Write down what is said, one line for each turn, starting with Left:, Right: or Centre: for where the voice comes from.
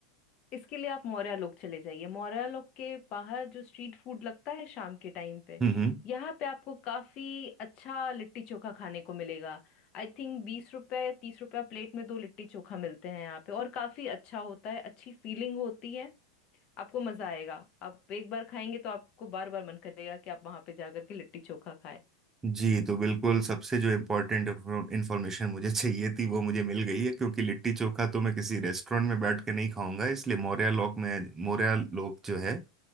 Left: इसके लिए आप मौर्या लोक चले जाइए मौर्या लोक के बाहर जो स्ट्रीट फूड लगता है शाम के टाइम पे
Right: हम्म हम्म।
Left: यहाँ पे आपको काफी अच्छा लिट्टी चोखा खाने को मिलेगा आई थिंक बीस रुपया या तीस रुपया प्लेट में दो लिट्टी चोखा मिलते हैं यहाँ पे और काफी अच्छा होता है अच्छी फीलिंग होती है आपको मजा आएगा आप एक बार खाएंगे तो आपको बार बार मन करेगा कि आप वहां पे जाकर के लिट्टी चोखा खाएं
Right: जी तो बिल्कुल सबसे जो इम्पोर्टेंट इंफॉर्मेशन मुझे चाहिए थी वो मुझे मिल गई है क्योंकि लिट्टी चोखा तो मैं किसी रेस्टोरेंट में बैठ के नहीं खाऊंगा इसलिए मौर्या लोक में मौर्या लोक जो है